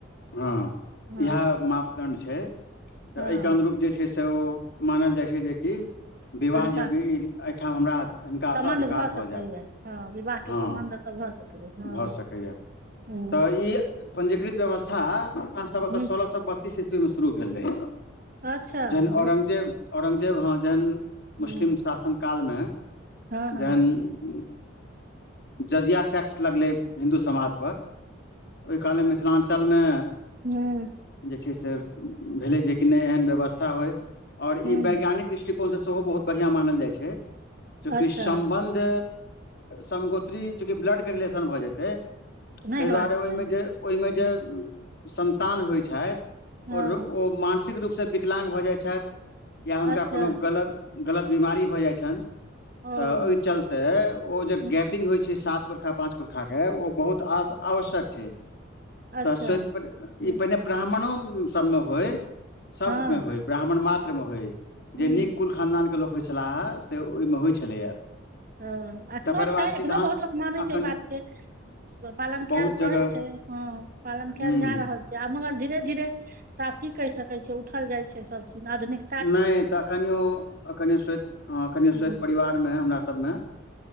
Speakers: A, on the left; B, on the right.
A: हँ
B: हँ
A: इहे मापदंड छैय तऽ
B: हँ
A: एहिके अनुरूप जे छैय। छैय से ओ मानल जाइ छैय जेकि विवाह
B: अधिकार
A: योग्य ई एहिठाम हमरा हिनका
B: सम्बन्ध
A: ओतय अधिकार
B: भऽ सकैए
A: जायत
B: हँ विवाहके
A: हँ
B: सम्बन्ध त भऽ सकैए, हँ।
A: भऽ सकैए
B: हूँ
A: तऽ ई पंजीकृत व्यवस्था आ अपना सब एतऽ
B: हूँ
A: सोलह सए बत्तीस ईस्वी में शुरु भेल रहै,
B: अच्छा
A: जखन
B: बहुत
A: औरंगजेब औरंगजेब हँ जखन
B: हूँ
A: मुस्लिम शासनकन कालमे
B: हँ हँ
A: जखन जजिया टैक्स लगलै हिन्दू समाज पर ओहि काल अञ्चलमे
B: हुं।
A: जे छै से भेलै जेकि नहि एहन व्यवस्था होइ और
B: हूँ
A: ई वैज्ञानिक दृष्टिकोणसँ सेहो बहुत बढ़िआँ मानल जाइ छै, चूँकि
B: अच्छा
A: सम्बन्ध संगोत्री चूंकि ब्लड के रिलेशन भऽ जेतै
B: नहि
A: तै
B: हेबाक
A: दुआरे
B: चाही
A: ओहिमे जे, ओहिमे
B: हूँ
A: जे संन्तान होइ छथि
B: हँ
A: ओ ओ मानसिक रूपसँ विकलाङ्ग भऽ जाइ छथि या हुनका
B: अच्छा
A: कोनो गलत गलत बिमारी भऽ जाइत छनि
B: ओ
A: तऽ ओहि चलते ओ जे
B: हूँ
A: गैप पिंग होइ छै सात पुरखा पाँंच परखा के ओ बहुत आवश्यक छै।
B: अच्छा
A: तऽ सोति पर
B: हूँ
A: ई पहिने ब्राह्मणो सबमे होइ सबमे
B: हँ
A: होय ब्राह्मण मात्रमे होइ
B: हूँ
A: जे नीक कुल खानदानके लोक होइ छलाह हे से ओहिमे होइत छलैए।
B: हं, एखनो
A: तकर
B: छै
A: बाद सिद्धान्त
B: एखनो बहुत लोक मानै
A: एखन
B: छै ई बात के, पालन
A: बहुत
B: करै
A: जगह
B: छै। हँ, पालन कयल
A: हूँ
B: जा रहल छै। आ मगर धीरे धीरे त आब की कहि सकैत छियै उठल जाइ छै सब चीज आधुनिक
A: नहि तऽ एखनिओ एखनि सोति हं एखनियो
B: ह
A: सोति परिवारमे हमरि सभमे